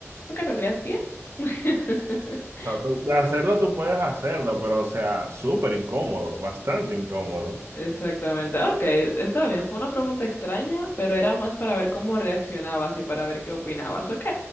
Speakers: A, on the left; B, on the right.
A: porque tendrías pies. <laughs>
B: sea, tú- de hacerlo tú puedes hacerlo, pero o sea, súper incómodo, bastante incómodo.
A: Exactamente. Ok, está bien. Fue una pregunta extraña, pero era más para ver cómo reaccionabas y para ver qué opinabas. Ok,